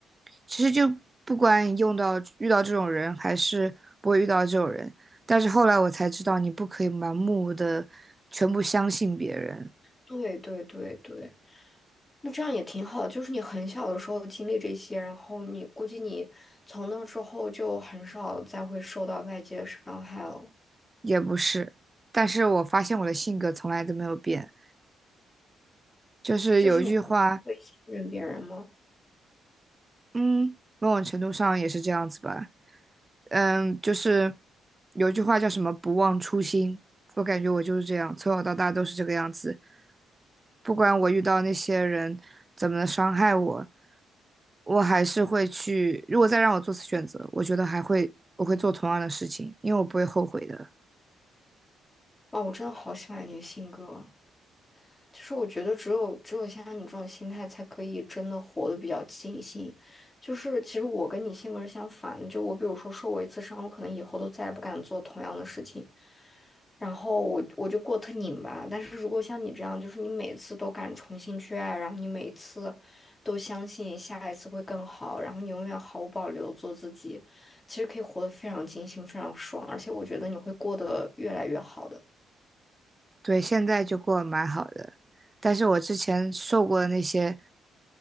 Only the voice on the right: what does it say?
其实就不管你用到遇到这种人，还是不会遇到这种人，但是后来我才知道，你不可以盲目的全部相信别人，
也不是。但是我发现我的性格从来都没有变，就是有一句话，
嗯，某种程度上也是这样子吧。嗯，就是有一句话叫什么“不忘初心”，我感觉我就是这样，从小到大都是这个样子。不管我遇到那些人怎么伤害我，我还是会去。如果再让我做次选择，我觉得还会，我会做同样的事情，因为我不会后悔的。
对，现在就过得蛮好的，但是我之前受过的那些